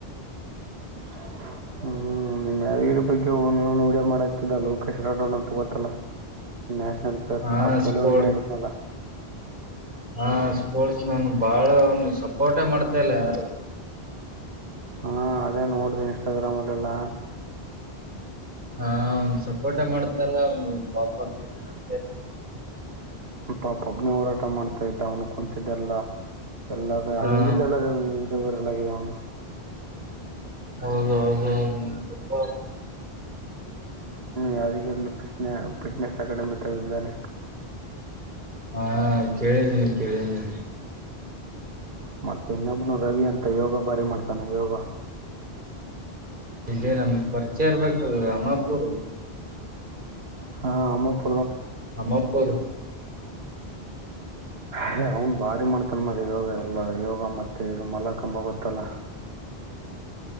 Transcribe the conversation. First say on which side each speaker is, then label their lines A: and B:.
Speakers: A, on the right; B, on the right.
A: <inaudible> ಹ್ಮ್ ನಿಮ್ ಯಾದ್ಗಿರಿ ಬಗ್ಗೆ ನ್ ನ್ ವಿಡಿಯೋ ಮಾಡಕ್ತಿದ್ದ ಲೋಕೇಶ ರಡೋಣ ಅಂತ ಗೊತ್ತಲ್ಲ ನ್ಯಾಷನಲ್ ಪ್ಲೇಯರ್
B: ಹಾ
A: ಆ ಖೇಲೋ
B: ಸ್ಪ
A: ಇಂಡಿಯಾ ಆಡಿದ್ನಲ್ಲ
B: ಹಾ <unintelligible> <inaudible> ಸ್ಪೋರ್ಟ್ಸ್ ನಾನು ಬಾಳ ಅವನು ಸಪೋರ್ಟೇ ಮಾಡ್ತ ಇಲ್ಲ ಯಾರು
A: ಹಾ ಅದೇ ನೋಡಿದೆ ಇನ್ಸ್ಟಾಗ್ರಾಮ್ ಅಲ್ಲೆಲ್ಲ
B: ಹ ಒನ್್ ಸಪೋರ್ಟೆ ಮಾಡ್ತಲ್ಲ ಅವ ಪಾಪ ಬೇಜಾರ ಆಗು
A: ಪಾಪ ಒಬ್ನ ಹೋರಾಟ ಮಾಡ್ತಾ ಇದ್ದ ಅವನು ಕುಂತ್ದೆಲ್ಲ ಎಲ್ಲಿಲ್ಲ
B: ಹಾ
A: ಎಲ್ಲ <unintelligible> ಯಟ್ಯೂಬರ್ ಎಲ್ಲ ಅವನು
B: ಹೌದೌದು ತುಂಬಾ <inaudible>
A: ಯಾದಗಿರಿಲ್ಲಿ ಫನೆ ಫಿಟ್ನೆಸ್ ಅಕಾಡೆಮಿ ತೆಗೆದಿದ್ದಾನೆ
B: ಹಾ ಕೇಳಿದ್ದೀನಿ ಕೇಳಿದ್ದೀನಿ
A: ಮತ್ತೆ ಇನ್ನೊಬ್ನು ರವಿ ಅಂತ ಯೋಗ ಭಾರಿ ಮಾಡ್ತಾನ ಯೋಗ
B: ಇಲ್ಲಿ ನಮ್ ಪರಿಚಯ ಇರ್ಬೇಕು ಅಮ್ಮಾಪೂರ್
A: ಹಾ ಅಮ್ಮಪೂ
B: ಅಮ್ಮಾಪುರ್
A: ಹ ಹ ಅವ್ನು ಬಾರಿ ಮಾಡ್ತನ್ ಮರ ಯೋಗ ಎಲ್ಲ ಯೋಗ ಮತ್ತೆ ಇದು ಮಲ ಕಂಬ ಗೊತ್ತಲ್ಲ